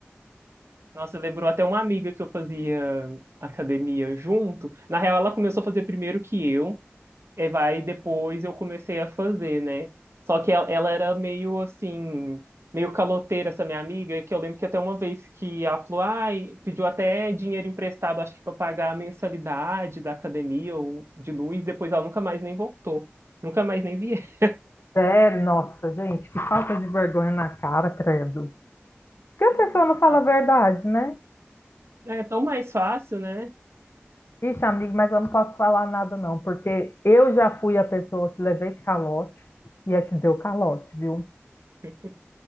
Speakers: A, on the right (about 70°); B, on the left (about 60°).
A: Nossa, lembrou até uma amiga que eu fazia academia junto. Na real, ela começou a fazer primeiro que eu. E vai depois eu comecei a fazer, né? Só que ela, ela era meio assim, meio caloteira essa minha amiga, que eu lembro que até uma vez que ela falou, ai, pediu até dinheiro emprestado, acho que para pagar a mensalidade da academia ou de luz, depois ela nunca mais nem voltou. Nunca mais nem vi. <laughs>
B: Sério, nossa, gente, que falta de vergonha na cara, credo. Porque a pessoa
A: ela.
B: não fala a verdade, né?
A: É tão mais fácil, né?
B: Ixi, amigo, mas eu não posso falar nada, não, porque eu já fui a pessoa que levei calote e é que deu calote, viu?
A: <laughs>